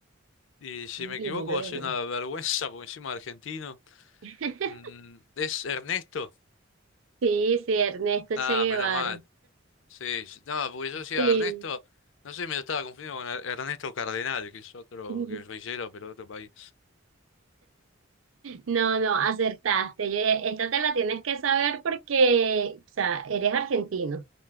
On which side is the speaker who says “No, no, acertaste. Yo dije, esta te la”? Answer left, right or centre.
Right